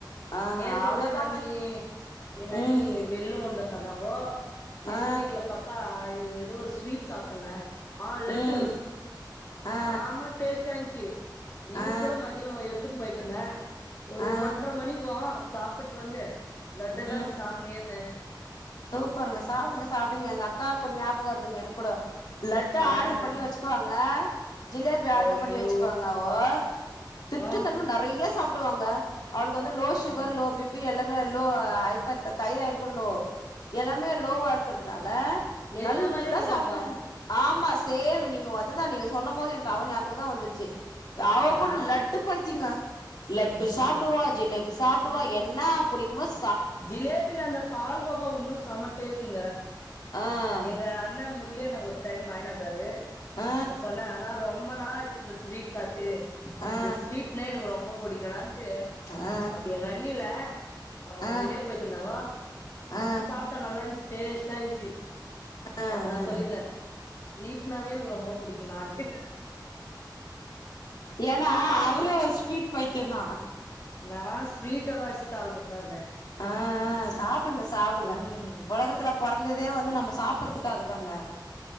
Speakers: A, on the left; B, on the left.
A: ஆ
B: நேத்து
A: அவ்ளோதாங்க
B: கூட எங்க அண்ணி எங்க அண்ணி
A: ம்
B: வெல்லோ கொண்ட தந்தாங்கோ எங்க
A: ஆ
B: வீட்ல பத் நா ஏதோ ஒரு ஸ்வீட் சாப்ட்டேங்க ஆ லட்டு
A: ம் ஆ
B: செம டேஸ்ட்டா இருந்துச்சு இன்னிக்கு
A: ஆ
B: கூட மதியம் எடுத்துன்னு போய்ட்டுருந்த ஒரு
A: ஆ
B: ஒன்ற மணிக்கோ சாப் ப்புட்டு வந்து லட்ட தாங்க
A: ம்
B: சாப்னேருந்த
A: சூப்பருங்க சாப்டுங்க சாப்டுங்க எங்க அக்கா க்கு ஞாபக வருதுங்க எனக்கூட லட்ட ஆட்ர்ரு
B: ஏங்க
A: பண்ணி வச்சுக்குவாங்க ஜிலேபி ஆட்ர்ரு
B: ஐயோ
A: பண்ணி வச்சுக்குவாங்கோவோ திருட்டுத்தனமா
B: ஆ
A: நறைய சாப் ப்டுவாங்க அவளுக்கு வந்து லோ ஷுகர்
B: ம்
A: லோ பீப்பீ எல்லா லோ ஹப்பர் த தைராய்டு கூட லோ எல்லாமே லோவா இருக்கறதுனால் தால
B: என்ன
A: நல்லா
B: மாரியே இக்குறாங்க
A: சாப்டுவாங்க ஆமா சேம் நீங்க அதுதா நீங்க சொல்லம் போது எனக்கு அவ ஞாபகதா வந்துச்சு அவ
B: நா
A: கூட லட்டு பையித்தியங்க லட்டு சாப்டுவா
B: நா
A: ஜிலேபி சாப்டுவா
B: ம்
A: என்னா புடிக்குமோஸ்
B: ஜிலேபில அந்த பால் கோவா ஒன்னுஸ் சம்ம டேஸ்ட்டுங்க
A: ஆ
B: எங்க அண்ண முர் லி அண்ண ஒரு டைம் வாய்ணு வந்தாரு
A: ஆ
B: நா சொன்ன அண்ணா ரொம்ப நாள் ஆச் சி இந்த ஸ்வீட் சாப்ட்டு
A: ஆ
B: இந்த ஸ்வீட்னா எனக்கு ரொம்போ புடிக்குணான்ட்டு
A: ஆ
B: அப்ப எங்க அண்ணி இல்ல அவுங்கொ
A: ஆ
B: வெளிய போய்ட்ருந்தாங்கோ
A: ஆ
B: நா சாப்ட்ட நல்லா இந்த்ச் டேஸ்ட்டா இந்த்ச்சி
A: ஆ
B: அப்ப நா சொல்லிர்ந்த ஸ்வீட்னாவே எனக் கு ரொம்ப புடிக்குன்ணான்ட்டு
A: ஏனா அவரே ஒரு ஸ்வீட் பைத்தியந்தா
B: நா ஸ்வீட்டல்லா அடிச் தள்றதானே
A: ஆ ஆ சாப்டுங்க சாப்டுங்க
B: ம்
A: ஒலகத்துல பொறந்ததே வந்து நம்ம சாப் புர்றத்துக்காகதாங்க